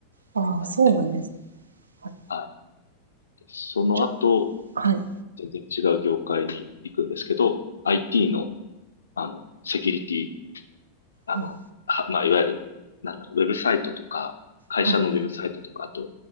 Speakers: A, on the right; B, on the left.
A: ああ、
B: なって、
A: そうなんです。はい、
B: はい。でその後、
A: ちょ、はい、
B: 全然違う業界に行くんですけど、IT の、あの、セキュリティあの、
A: うん、
B: はまあ、いわゆる、なんだろう、ウェブサイトとか、会社のウェブサイトとか、
A: はい、
B: あと、